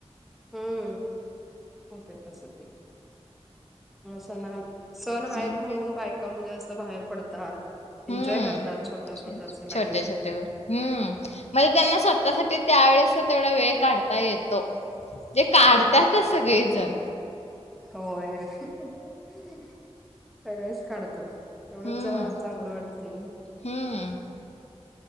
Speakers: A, in the centre; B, on the left.
A: हम्म होत तस ते सणा सण आहेत
B: हम्म.
A: म्हणून बायका म्हणजे बाहेर पडतात
B: हम्म
A: एन्जॉय करतात स्वतः स्वतःच लाईफ
B: छोट्या छोट्या गोष्टी हम्म म्हणजे त्यांना स्वतःसाठी त्यावेेळेस तेवढा वेग काढता येतो जे काढतातच
A: हा
B: सगळेजण
A: होय सगळेच काढतात. तेवढंच
B: हम्म.
A: जरा चांगलं वाटत नाय,
B: हम्म.